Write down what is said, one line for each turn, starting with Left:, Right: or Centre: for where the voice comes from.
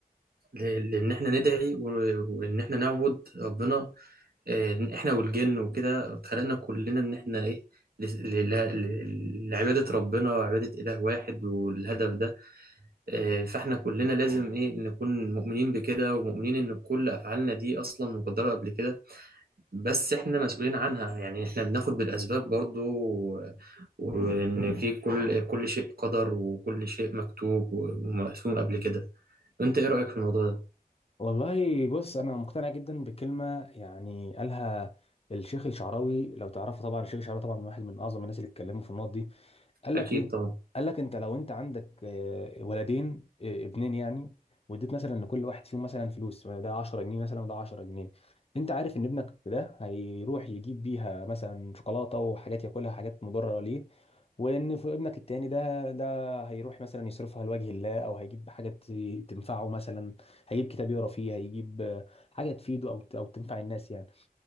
Right: ل- لان احنا ندعي و- وان احنا نعبد ربنا آه، احنا والجن وكده اتخلقنا كلنا ان احنا ايه ل- ل- ل- لعبادة ربنا وعبادة إله واحد والهدف ده آه، فاحنا كلنا لازم ايه نكون مؤمنين بكده ومؤمنين ان كل افعالنا دي اصلا مقدرة قبل كده بس احنا مسؤولين عنها يعني احنا بناخد بالاسباب برضو و- وان في كل كل شيء قدر وكل شيء مكتوب ومقسوم قبل كده انت ايه رايك في الموضوع ده
Left: والله بص انا مقتنع جدا بكلمه يعني قالها الشيخ الشعراوي لو تعرفه طبعا الشيخ الشعراوي طبعا واحد من اعظم الناس اللي اتكلموا في النقط دي قال لك
Right: اكيد
Left: ايه
Right: طبعا
Left: قال لك انت لو انت عندك آه، ولدين آه، ابنين يعني واديت مثلا لكل واحد فيهم مثلا فلوس ده 10 جنيه مثلا وده 10 جنيه انت عارف ان ابنك ده هيروح يجيب بيها مثلا شوكولاته وحاجات ياكلها حاجات مضره ليه وان ف- ابنك التاني ده ده هيروح مثلا يصرفها لوجه الله او هيجيب حاجه ت- تنفعه مثلا هيجيب كتاب يقرا فيه هيجيب آه، حاجه تفيده او ت- او تنفع الناس يعني